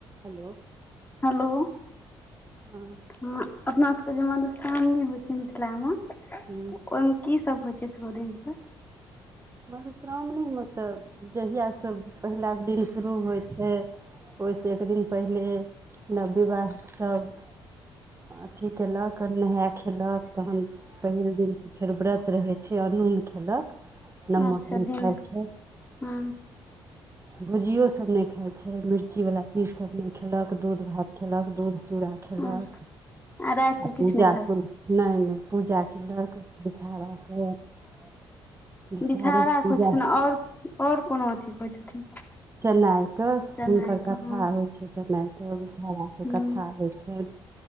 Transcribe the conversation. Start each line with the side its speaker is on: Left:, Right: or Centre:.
Right: Hello
Left: hello
Right: हँ
Left: हँ अपना सबके जे मधुश्रावणी होइ छै मिथिला मे
Right: हूँ
Left: ओइमे की सब होइ छै शुरू दिन स
Right: मधुश्रावणीमे तऽ जहिया सब पहिला दिन शुरू होइ छै ओइसँ एक दिन पहिले नव विवाहसब अथि कयलक नेहा खेलक तहन पहिल दिन त फेर व्रत रहै छै अनून खेलक नमक
Left: अच्छा
Right: नहि
Left: दिन
Right: खाइ छै
Left: हँ
Right: भुजियो सब नै खाइ छै मिर्चीवला चीज सब नै खेलक दूध भात खेलक दूध चूड़ा खेलक
Left: अच्छा राति के
Right: आ
Left: किछु
Right: पूजा
Left: नहि खाइ छथिन
Right: को नै नै पूजा केलक बिसहारा के विषहारे
Left: बिषहारा के
Right: पूजा
Left: होइ छथिन आओर आओर कोनो अथि के होइ छथिन
Right: चन्नइके
Left: चना
Right: हुनकर
Left: के
Right: कथा
Left: हँ
Right: होइ छै चन्नइ के विषहाराके
Left: हूँ
Right: कथा
Left: हूँ
Right: होइ छै